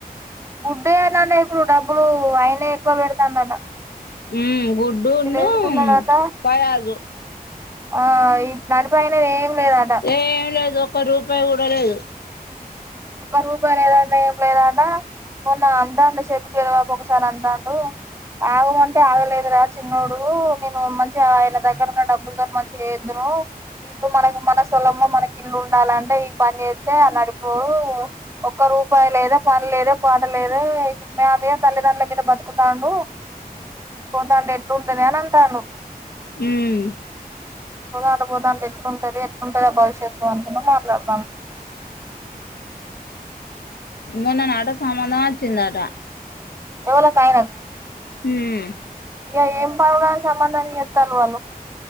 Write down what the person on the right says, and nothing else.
గుడ్డ ఏంటే ఇప్పుడు డబ్బులు అయి గుడ్డే ఎక్కువ పెడతాండట
వీళ్ళు వేసుకున్నాడట
ఆ ఇ నడిపయిన ఏం లేదట
ఒక రోజు వదలడం ఏంలేదట మొన్న అంటాండు చెషబ పెద్దబాపు ఒకసారి అంటాండు ఆగమంటే ఆగలేదురా చిన్నోడు నేను మంచిగా ఆయన దగ్గర ఉన్న డబ్బులతో మంచిగ చేద్దును ఇల్లు మనకు మన స్థలంలో మనకి ఇల్లు ఉండాలంటే ఈ పని చేస్తే ఆ నడిపోడు ఒక్క రూపాయి లేదా పని లేదె పాట లేదే మేమె తల్లిదండ్రుల మీద బతుకుతాండు పోతాంటె ఎట్లుంటంది అని అంటాండు
పోతాంటే పోతాంటే ఎట్లుంటది ఎట్లుంటదో భవిష్యత్తు అనుకుంటా మాట్లాడతాండు
ఎవలకు ఆయనకా
ఇక ఏం పనుందని సంబందం చేస్తాండ్రు వాళ్ళు